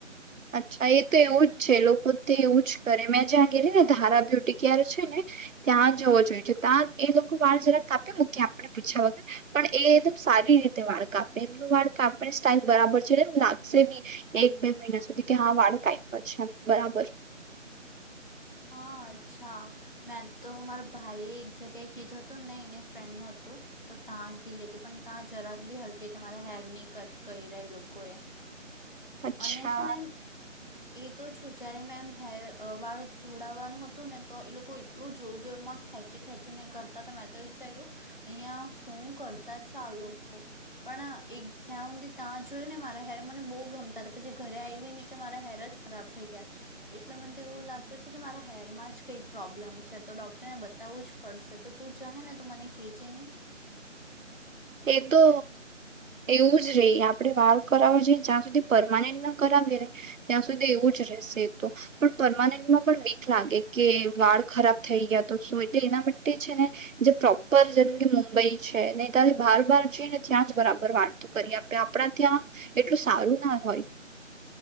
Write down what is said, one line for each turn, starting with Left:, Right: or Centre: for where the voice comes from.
Right: અચ્છા એ તો એવું જ છે લોકો પોતે એવું જ કરે મેં જ્યાં ગેલી ને ધારા બ્યુટી કેર છે ને ત્યાં જવો જોઈએ ત્યાં એ લોકો વાળ જરાક કાપે મૂકી આપને પીછુયા વગર પણ એ એકદમ સારી રીતે વાળ કાપે એમનું વાળ કાપની સ્ટાઈલ બરાબર છે એટલે એમ લાગશે બી એક બે મહિના સુધી કે હા વાળ કપયા છે બરાબર
Left: હા અચ્છા મેં તો મારા ભાઈએ એક જગ્યાએ કીધું હતું ને ને એને ફ્રેન્ડ હતું તો ત્યાં ગી લેતી પણ ત્યાં જરાક બી હરખી રીતે મારા હેર ની કટ કરી રહી લોકો એ
Right: અચ્છા
Left: અને છે ને એ તો છોડ જ્યારે મેમ હે વાળ થોડાવવાનું હતું ને તો એ લોકો એટલું જોર જોરમાં ખેંચી ખેંચી ને કરતા હતા મેં તો વિચાર્યું અહિયાં શું કરતા જ છે આ લોકો પણ એક જ્યાં સુધી ત્યાં જોયું ને મારા હેર મને બહુ ગમતા હતા પછી ઘરે આવી નને કે મારા હેર જ ખરાબ થઈ ગયા એટલે મને તો એવું લાગત તો છે કે મારા હેરમાં જ કઈ પ્રોબ્લેમ છે તો ડોક્ટરને બતાવવું જ પડશે તો તું ચહે ને તો મને કેજે નહીં
Right: એ તો એવું જ રહી આપણે વાળ કરાવો જોઈએ જ્યાં સુધી પરમેનેન્ટ કરાવીએ ને ત્યાં સુધી એવું જ રહેશે એ તો પણ પરમનેન્ટમાં પણ બીક લાગે કે વાળ ખરાબ થઈ ગયા તો શું એટલે એના માટે છે ને જે પ્રોપર જેમ કે મુંબઈ છે ને ત્યાં બાર બાર છે ને ત્યાં જ બરાબર વાતો કરી આપે આપણા ત્યાં એટલું સારું ના હોય